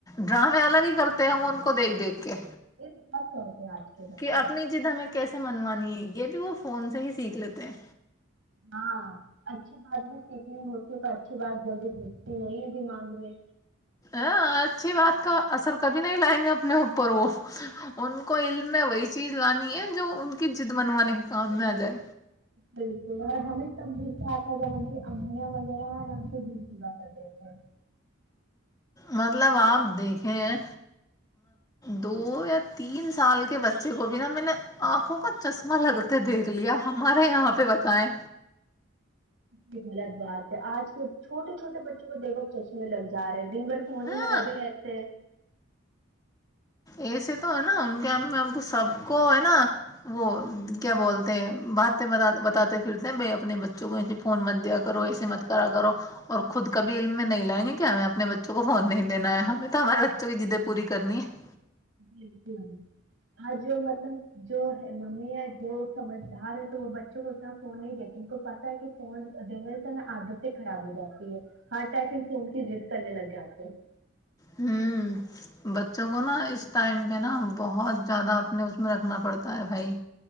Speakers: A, on the left; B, on the right.
A: ڈرامے الگ ہی کرتے ہیں وہ ان کو دیکھ دیکھ کے
B: یہ تو بت کرتے ہیں آج کے بچے
A: کہ اپنی جد ہمیں کیسے سے منوانی ہے یہ بھی وہ فون سے ہی سیکھ لیتے ہیں
B: ہاں اچھی بات بھی سیکھنی ہوتی ہے پر اچھی بات جلدی بھیجتی نہیں ہے دماغ میں
A: ا اچھی بات کا اثر کبھی نہیں لائیں گے اپنے اوپر وہ ان کو علم میں وہی چیز لانی ہے جو ان کی جضد بنوانے کے کام میں آ جائے
B: بالکل اور ہمیں تب بھی سے آتا جب ان کی امیاں وغیرہ ن ان کے دل پورا کر دی تھے
A: مطلب آپ دیکھے ہیں دو یا تین سال کے بچے کو بھی نا میں نے آنکھوں کا چشمہ لگتے دیکھ لیا ہمارے یہاں پہ بتائے
B: کی غلط بات ہے آج کے چھٹے چھوٹے بچوں کو دیکھو چشمے لگ جا رہے تھ دن بھر فون
A: ہاں
B: ہی میں لگے رہتے ہیں
A: ایسے تو ہے نا ان کے ہم ہم سب کو ہے نا وہ کیا بولتے ہیں باتیں بتاتے پھرتے ہیں بائی اپنے بچوں کو ایسے فون مت دیا کرو ایسے مت کرا کرو اور خود کبھی علم میں نہیں لائیں گے کہ ہمیں اپنے بچوں کو فون نہیں دینا ہے ہمیں تو ہمارے بچوں کی جدیں پوری کرنی ہے
B: بالکل آج مطلب جو ہے ممی ہے جو سمجھدار ہے تو وہ بچوں کو اتنا فون نہیں دیتی ان کو پت ہے کہ فون دینے سے نا عادتیں خراب ہو جاتی ہے ہر ٹائ پ فون کی ضد کرنے لگ جاتے ہیں
A: ہوں بچوں کو نا اس ٹائم پہ نا بہت زیادہ اپنے اس میں رکھنا پڑتا ہے بھائی